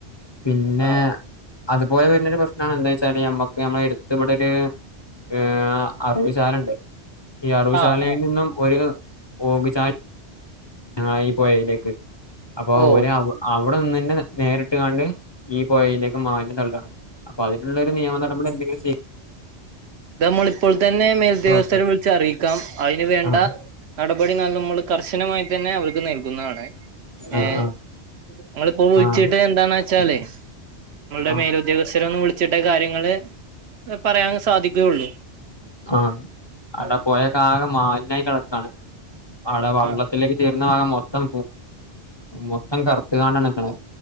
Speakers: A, on the left (about 30°); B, on the right (about 70°).
A: പിന്നെ
B: ആഹ്
A: അത്പോലെ വര്ണൊരു പ്രശ്നാണ് എന്താ ച്ചാല് നമ്മക്ക് നമ്മളെ എര്ത്ത് ഇവടൊര് ഏഹ് അറവ്ശാലണ്ട് ഈ അറവ്ശാലയിൽ
B: ആഹ് ആഹ്
A: നിന്നും ഒര് ഓക്ചാല് ആഹ് ഈ പൊഴയിലേക്ക് അപ്പൊ
B: ഓ
A: ഒരവ് അവടെ നിന്ന്ന്നെ നേരിട്ട് കാണ്ട് ഈ പൊയീലേക്ക്‌ മാലിന്യം തള്ളാണ് അപ്പൊ അതിന്ള്ളൊരു നിയമ നടപടി എന്തെങ്കിലും സീ
B: ദ മ്മളിപ്പോൾ തന്നെ മേൽദ്യോഗസ്ഥരെ
A: ആവശ്യാണ്
B: വിളിച്ച് അറിയിക്കാം അയ്ന് വേണ്ട.
A: ആഹ്
B: നടപടി ന്നർഞ്ഞ് മ്മൾ കർശനമായി തന്നെ അവർക്ക് നൽകുന്നതാണ്.
A: ആഹ്
B: ഏഹ് ഇങ്ങളിപ്പോ വിളിച്ചിട്ട്
A: ആഹ് ആഹ്
B: എന്താന്നേച്ചാല്. ഇങ്ങൾടെ
A: ആഹ്
B: മേലുദ്യോഗസ്ഥര ഒന്ന് വിളിച്ചിട്ടേ കാര്യങ്ങള് പറയാൻ സാധിക്കുകയുള്ളു.
A: ആഹ് അവ്ടെ പൊയക്കാകെ മാലിന്യായി കെടക്കാണ് അവടെ വെള്ള
B: ആഹ്
A: ത്തിലേക്ക് ചേരുന്ന ഭാഗം മൊത്തം മൊത്തം കറുത്തുകാണ്ടാണ് നിക്കണത്.